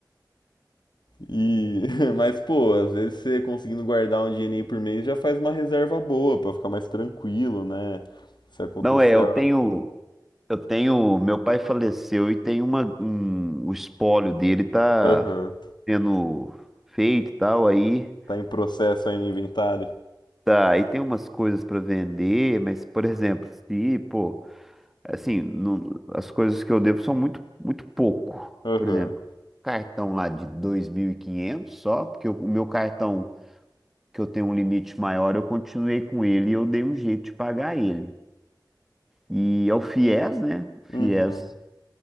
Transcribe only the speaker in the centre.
Não é, eu
tenho, eu tenho, meu pai faleceu e tem uma, um, o espólio dele tá
sendo feito e tal, aí
tá, aí tem umas coisas para vender, mas por exemplo, se, pô, Assim, não- as coisas que eu devo são muito, muito pouco.
Por exemplo, cartão lá de 2.500 só, porque o o meu cartão, que eu tenho um limite maior, eu continuei com ele e eu dei um jeito de pagar ele. E é o FIES, né? O
FIES,